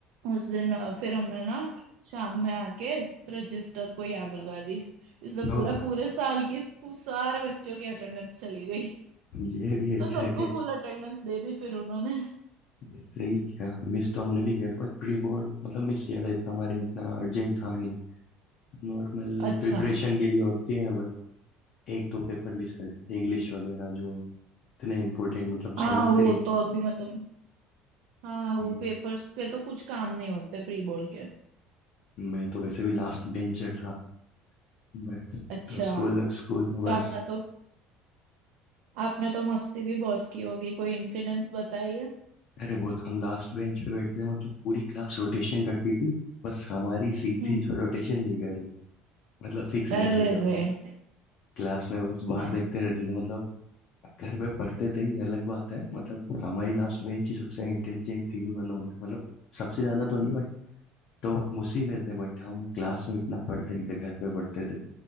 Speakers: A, on the right; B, on the left.
A: उस दिन अ, फिर हमने ना शाम में आके रजिस्टर को ही आग लगा दी इसलिए
B: ओ,
A: पूरा पूरे साल की सारे बच्चों की अटेंडेंस चली गई
B: ये भी
A: तो
B: अच्छा
A: सबको
B: है
A: फुल अटेंडेंस दे दी फिर उन्होंने
B: सही क्या मिस तो हमने भी किया था बट प्री बोर्ड मतलब मिस किया था इतना हमारे इतना अर्जेंट था नहीं नॉर्मल
A: अच्छा
B: प्रिपरेशन के लिए होती हैं बट एक दो पेपर मिस कर देते इंग्लिश वगैरह जो इतने इम्पोर्टेंट मतलब
A: हाँ
B: समझते
A: वो
B: नहीं
A: तो अभी मतलब हाँ वो
B: थे।
A: पेपर्स के तो कुछ काम नहीं होते प्री बोर्ड के
B: मैं तो वैसे भी लास्ट बेंचर था बट
A: अच्छा
B: तो स्कूल स्कूल में बस
A: तो आपने तो आपने तो मस्ती भी बहुत की होगी कोई इंसिडेंस बताइए
B: अरे बहुत हम लास्ट बेंच पे बैठते थे मतलब पूरी क्लास रोटेशन करती थी बस हमारी सीट
A: हम्म
B: थी जो रोटेशन नहीं कर रही मतलब फिक्स
A: कर
B: रहते
A: रहे
B: थे हम
A: थे
B: क्लास में बस बाहर
A: हाँ
B: देखते रहते थे मतलब अब घर में पढ़ते थे ये अलग बात है मतलब हमारी लास्ट बेंच ही सबसे इंटेलिजेंट थी वन ऑफ द मतलब सबसे ज्यादा तो नहीं बट तो उसी में थे बट हम क्लास में इतना पढ़ते नहीं थे घर पे पढ़ते थे